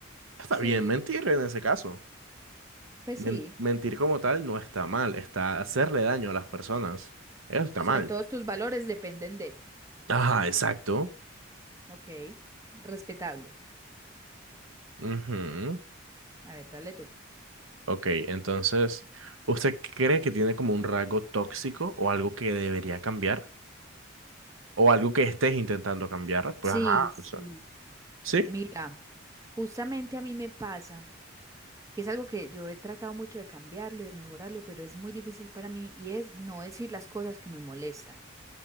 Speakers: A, on the right (about 80°); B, on the right (about 15°).
A: Está
B: sí,
A: bien mentir en ese caso.
B: pues sí.
A: Men- mentir como tal no está mal, está hacerle daño a las personas. Eso está
B: O sea,
A: mal.
B: todos tus valores dependen de,
A: Ajá, exacto.
B: ok, respetable.
A: Ujú.
B: A ver, dale tú.
A: Ok, entonces, ¿usted cree que tiene como un rasgo tóxico o algo que debería cambiar? ¿O algo que estés intentando cambiar? Pues
B: Sí,
A: ajá,
B: sí.
A: o sea, ¿sí?
B: Mira, justamente a mí me pasa que es algo que yo he tratado mucho de cambiarlo y de mejorarlo, pero es muy difícil para mí y es no decir las cosas que me molestan.